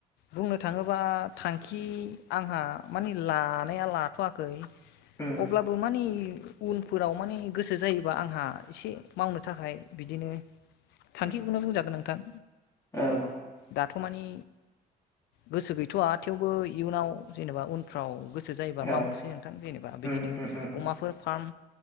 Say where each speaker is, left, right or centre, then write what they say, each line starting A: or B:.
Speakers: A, on the left; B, on the left.
A: बुंनो थाङोबा थांखि आंहा मानि लानाया लाथ'वाखै
B: उम
A: अब्लाबो मानि उनफोराव माने गोसो जायोबा आंहा एसे मावनो थाखाय बिदिनो
B: <unintelligible>
A: थांखिखौनो बुंजागोन नोंथां।
B: औ
A: दाथ' मानि गोसो गैथ'वा थेवबो इयुनाव जेनेबा उन फ्राव गोसो जायोबा
B: औ
A: मावनोसै नोंथां जेनेबा बिद
B: उम उम उम
A: अमाफोर फार्म